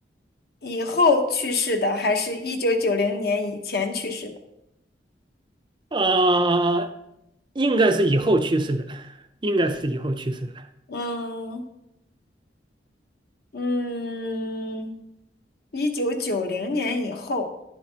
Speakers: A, on the left; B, on the right.
A: 以后去世的，还是一九九零年以前去世的？
B: 啊、应该是以后去世的，应该是以后去世的，
A: 嗯嗯，一九九零年以后，